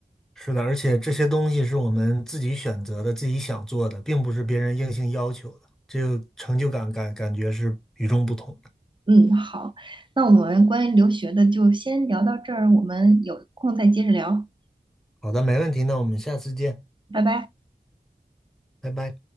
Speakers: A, in the centre; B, on the right (about 30°).
A: 是的，而且这些东西是我们自己选择的、自己想做的，并不是别人硬性要求的，这个成就感感感觉是与众不同的。
B: 嗯，好，那我们关于留学的就先聊到这儿，我们有空再接着聊，
A: 好的，没问题，那我们下次见，
B: 拜拜。
A: 拜拜。